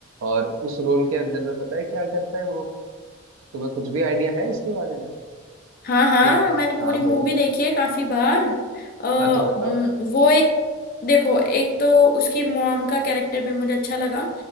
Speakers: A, on the right (about 80°); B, on the left (about 45°).
A: और उस रोल के अंदर में पता है क्या करता है वो तुम्हें कुछ भी आइडिया है इसके बारे में
B: हाँ हाँ
A: कि-
B: मैंने पूरी
A: हाँ
B: मूवी
A: बोलो
B: देखी है काफी बार अ,
A: हाँ तो बताओ
B: उम, वो एक देखो एक तो उसकी मॉम का कैरेक्टर भी मुझे अच्छा लगा